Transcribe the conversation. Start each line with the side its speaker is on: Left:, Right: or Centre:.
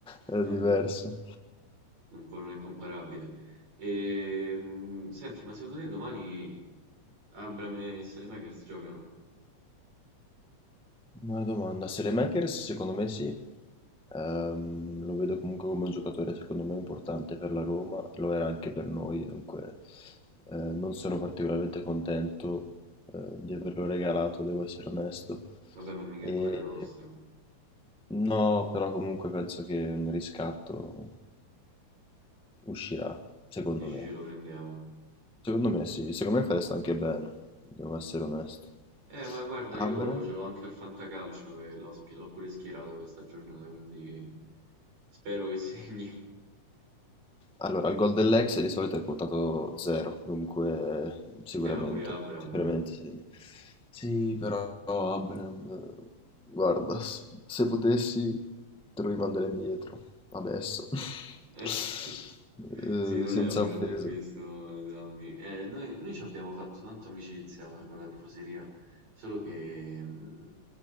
Centre: È
Right: non,
Centre: diverso.
Right: non può, non è comparabile. E, mh, senti, ma secondo te domani Abram e Saelemaekers giocano?
Centre: Buona domanda. Makers secondo me sì. Ehm, lo vedo comunque come un giocatore secondo me importante per la Roma, lo era anche per noi, dunque eh, non sono particolarmente contento eh, di averlo regalato, devo essere onesto.
Right: Vabbè, ma mica
Centre: E,
Right: è ancora nostro.
Centre: no, però comunque penso che un riscatto uscirà, secondo
Right: Dici
Centre: me.
Right: ce lo prendiamo.
Centre: Secondo me sì, secondo me fareste anche bene, devo essere onesto.
Right: Eh, ma guarda,
Centre: Abra?
Right: io ce l'ho anche al Fantacalcio e l'ho spi- l'ho pure schierato questa giornata, quindi spero che segni.
Centre: Allora, il gol dell'ex di solito è quotato 0, dunque eh, sicuramente,
Right: Eh, ma pure Abram...
Centre: sicuramente sì. Sì, però Abraham, eh, guarda, s- se potessi te lo rimanderei indietro, adesso, <laughs>
Right: eh, <laughs>
Centre: Eh,
Right: Sì, non
Centre: senza
Right: è un grande
Centre: offesa.
Right: acquisto, Dammi. Eh, noi, noi ci abbiamo fatto tanta amicizia con la tifoseria, solo che, mh,